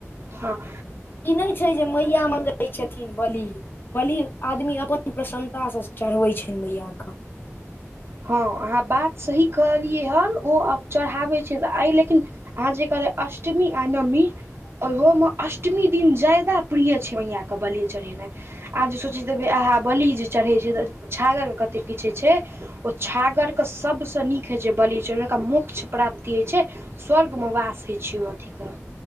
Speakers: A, on the right; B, on the left.
A: हँ
B: ई नै छै जे मैया मंगै छथिन बलि बलि आदमी अपन प्रसन्नतासँ चढ़बै छैन मैया कऽ
A: हँ अहाँ बात सही कहलियै हन ओ अप चढ़ाबै छै आइ लेकिन अहाँ जे कहलिय अष्टमी आ नमी ओहोम अष्टमी दिन ज्यादा प्रिय छै मया कऽ बलि चढ़ेनाइ अहाँ जे सोचित हेबै अहा बलि जे चढ़ै छै तऽ छागर कतेक किछ होइ छै ओ छागरक सबसँ नीक होइ छै बलि चढ़ेमे ओकरा मोक्ष प्राप्ति होइ छै स्वर्गम वास होइ छै ओ अथी तऽ